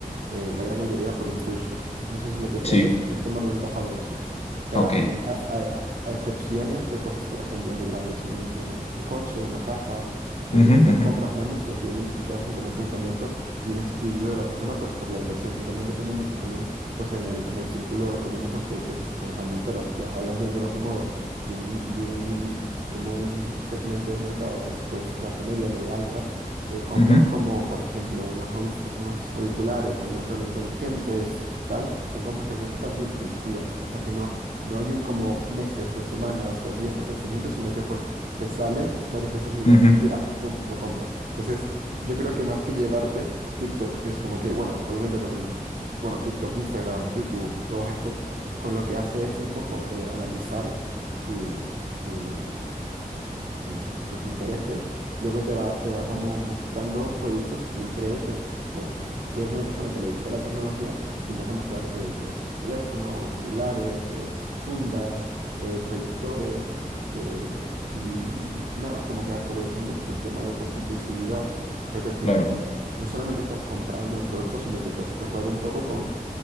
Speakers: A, on the right (about 65°); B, on the left (about 45°).
A: eh, la gran mayoría por impulso. Entonces lo que se
B: Sí,
A: hace es, es tomar ventaja de eso. O sea,
B: ok.
A: a, a- a excepciones de cosas, por ejemplo, muy grandes, un, un- un coche, una casa, eh,
B: Ujú,
A: estas
B: ujú,
A: compras grandes, pues sí, obviamente sí se hacen con un pensamiento y un estudio de la persona, pues por la inversión. Y también depende mucho también, pues en el, en el círculo económico que, que te estés manejando. Pero ya hablando en grosso modo de un, de un, como un segmento del mercado que es pues clase media, media alta eh, compras
B: ujú,
A: como, por ejemplo, unos audif- unos auriculares, algún reloj inteligente, tal, son compras que son bastante impulsivas, o sea que no, no hay un como meses o semanas o días de pensamiento, sino que pues te sale varias veces y diga,
B: ujú,
A: pues mira, pum, lo compro. Entonces, yo creo que más que llevarte, TikTok es como que, bueno, obviamente con el, bueno, TikTok, Instagram, YouTube, todos estos, con lo que hace es un poco eh, analizar tu... tu como tu- tus intereses, luego te va, te va como mostrando productos que él cree que, pues, si eres una persona que le gusta la tecnología, te empieza a mostrar, eh, pues, teléfonos, celulares, eh, fundas, eh, proyectores, eh, y, y nada, como que aprovecha mucho el tema de, pues, impulsividad, porque al final
B: claro.
A: no solamente estás comprando el producto, sino que, pues, se juega un poco con